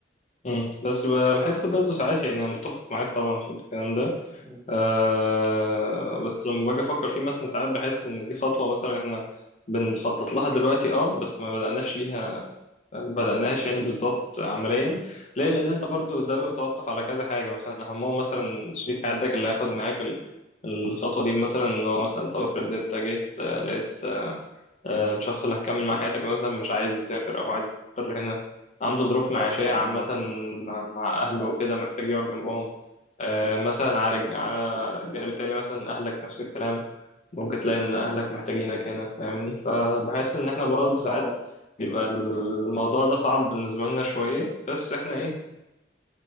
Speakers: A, on the left; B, in the centre.
A: مم. بس ب- بحس برضه ساعات يعني انا متفق معاك طبعا في الكلام ده
B: مم.
A: أه بس لما باجي افكر فيه مثلا ساعات بحس ان دي خطوه مثلا احنا بنخطط لها دلوقتي اه بس ما بدأناش ليها ما بدأناهاش يعني بالظبط عمليا ليه لان انت برضه ده بيتوقف على كذا حاجه مثلا اهمهم مثلا شريك حياتك اللي هياخد معاك ال- الخطوه دي مثلا ان هو مثلا طب افرض انت جيت آه، لقيت آه، آه، الشخص اللي هتكمل مع حياتك مثلا مش عايز يسافر أو عايز يستقر هنا عنده ظروف
B: بالظبط
A: معيشية
B: اه
A: عامة
B: بالظبط
A: مع مع أهله
B: اه
A: وكده محتاج يقعد جنبهم آه، مثلا على
B: ب-
A: الج- على الجانب التاني مثلا أهلك نفس الكلام ممكن تلاقي إن أهلك محتاجينك هنا فاهمني فبحس إن إحنا
B: بالظبط
A: برضه ساعات
B: اه
A: بيبقى الموضوع ده صعب بالنسبة لنا شوية بس إحنا إيه